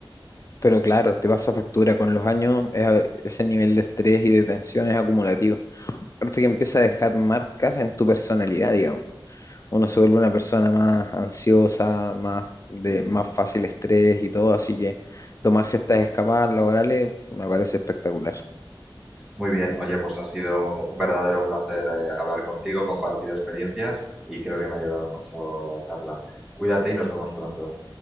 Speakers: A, on the left (about 35°); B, in the centre.
A: Pero claro, te pasa factura con los años, es a- ese nivel de estrés y de tensión es acumulativo. Aparte que empieza a dejar marcas en tu personalidad, digamos. Uno se vuelve una persona más ansiosa, más de
B: Mm.
A: más fácil estrés y todo, así que tomarse estas escapadas laborales me parece espectacular.
B: Muy bien, oye, pues ha sido un verdadero placer eh, hablar contigo, compartir experiencias y creo que me ha ayudado mucho la charla. Cuídate y nos vemos pronto.